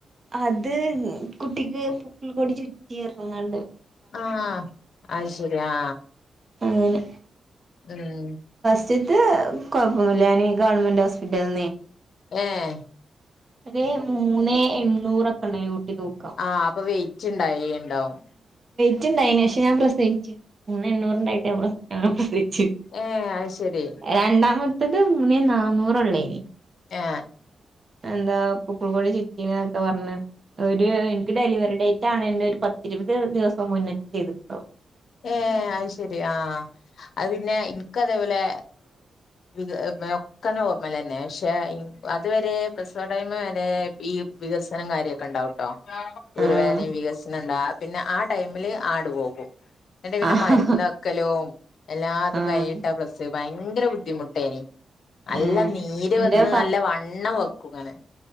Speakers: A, on the right (about 35°); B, on the left (about 65°).
A: അത് കുട്ടിക്ക് പുക്കിൾ കുടി ചുറ്റി പറഞ്ഞാണ്ട്
B: ആ അത് ശരി ആ
A: അങ്ങനെ
B: ഉം
A: ത്ത് കൊഴപ്പൊന്നുല്ല ഞാന് ഗവൺമെന്റ് ഹോസ്പിറ്റലന്ന്
B: ഏഹ്
A: ന്നേനി ഒരു മൂന്ന് എണ്ണൂറൊക്കെ ഉണ്ടേനി കുട്ടി തൂക്കം
B: ആഅപ്പൊ വെയിറ്റ് ഇണ്ടായി ഇണ്ടാവും
A: വെയ്റ്റ്ണ്ടായിന് പക്ഷേ ഞാൻ പ്രസിച്ചു മൂന്ന് എണ്ണ്റുണ്ടായിട്ട് പ്രസവിച്ച പ്രസ ച്ച്
B: ഏഹ് അത് ശരി
A: രണ്ടാമത്തത് മൂന്നേ നാന്നൂറള്ളേന്
B: ആ
A: എന്താ പുക്കിൾ കുടി ചുറ്റി ന്നൊക്കെ പറഞ്ഞ് ഒരു എനിക്ക് ഡെലിവറി ഡേറ്റ് ആണ് ന്റെ പത്തിരുപത് ദിവസം മുന്നിട്ട് ചെയ്തിട്ടുണ്ടാവും
B: ഏ അത് ശെരി ആ അത് പിന്നെ ഇന്ക്ക് അതേപോലെ ് ഒക്കെ ഓർമൽ തന്നെ പക്ഷെ അതുവരെ പ്രസവ ടൈം വരെ ഈ വികസനം കാര്യമൊക്കെ ഉണ്ടാവട്ടോ ഒരു
A: ആഹ്
B: വേദനയും വികസനണ്ടാ പിന്നെ ആ ടൈമില് ആടു പോകും എന്നിട്ട് പിന്നെ
A: ആഹ്
B: മര്ന്ന്ക്കലും എല്ലാ അതും
A: ആഹ്
B: കഴിഞ്ട്ട പ്രസ ഭയങ്കര ബുദ്ധിമുട്ടേനി നല്ല
A: ഏഹ്
B: നീര്
A: ഇന്റെ
B: വന്ന് നല്ല വണ്ണം വെക്കുങ്ങനെ